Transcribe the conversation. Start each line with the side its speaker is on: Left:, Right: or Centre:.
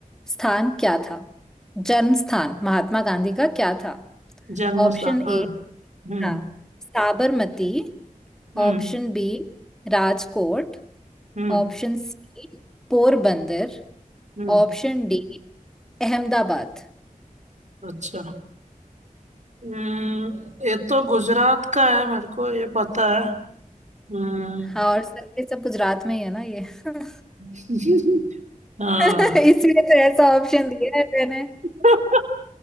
Centre: स्थान क्या था जन्म स्थान महात्मा गांधी का क्या था
Right: जन्म
Centre: ऑप्शन
Right: स्थान
Centre: ए
Right: हाँ हम्म
Centre: था Sabarmati
Right: हम्म
Centre: Option B Rajkot
Right: हम्म
Centre: Option C Porbandar
Right: हम्म
Centre: Option D Ahmedabad
Right: अच्छा हम्म ये तो गुजरात का है मेरे को ये पता है हम्म
Centre: हाँ और सर ये सब गुजरात में ही है ना ये <laughs>
Right: <laughs> हाँ
Centre: इसीलिए तो ऐसा ऑप्शन दिया है मैंने
Right: <laughs>